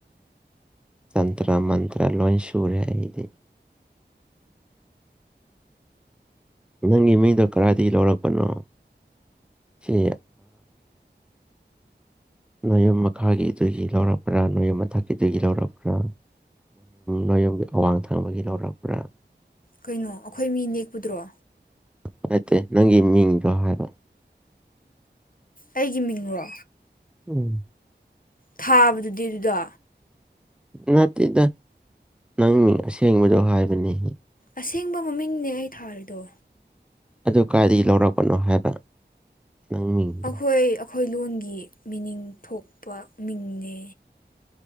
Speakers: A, in the centre; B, on the left.
A: ꯇꯟ꯭ꯔ ꯃꯟ꯭ꯔ ꯂꯣꯟꯁ ꯁꯣꯔꯦꯗꯤ ꯅꯪꯒꯤ ꯃꯤꯗꯣ ꯀꯗꯥꯏꯗꯒꯤ ꯂꯧꯔꯛꯄꯅꯣ ꯁꯤ ꯅꯌꯨꯝ ꯃꯈꯥꯒꯤꯗꯨꯒꯤ ꯂꯧꯔꯛꯄ꯭ꯔꯥ ꯅꯌꯨꯝ ꯃꯊꯛꯀꯤꯗꯨꯒꯤ ꯂꯧꯔꯛꯄꯥ ꯅꯣꯏꯌꯨꯝꯒꯤ ꯑꯋꯥꯡ ꯊꯪꯕꯒꯤ ꯂꯧꯔꯛꯄ꯭ꯔꯥ
B: ꯀꯩꯅꯣ ꯑꯩꯈꯣꯏ ꯃꯤ ꯅꯦꯛꯄꯨꯗ꯭ꯔꯣ
A: ꯅꯇꯦ ꯅꯪꯒꯤ ꯃꯤꯡꯗꯣ ꯍꯥꯏꯔꯣ
B: ꯑꯩꯒꯤ ꯃꯤꯡꯔꯣ
A: ꯎꯝ
B: ꯊꯥꯕꯗꯨꯗꯤ ꯑꯗꯨꯗꯥ
A: ꯅꯠꯇꯦꯗ ꯅꯪ ꯃꯤꯡ ꯑꯁꯦꯡꯕꯗꯣ ꯍꯥꯏꯕꯅꯤ
B: ꯑꯁꯦꯡꯕ ꯃꯃꯤꯡꯅꯦ ꯑꯩ ꯊꯥꯔꯤꯗꯣ
A: ꯑꯗꯨ ꯀꯥꯏꯗꯒꯤ ꯂꯧꯔꯛꯄꯅꯣ ꯍꯥꯏꯕ ꯅꯪ ꯃꯤꯡꯗꯣ
B: ꯑꯩꯈꯣꯏ ꯑꯩꯈꯣꯏ ꯂꯣꯟꯒꯤ ꯃꯤꯅꯤꯡ ꯊꯣꯛꯄ ꯃꯤꯡꯅꯦ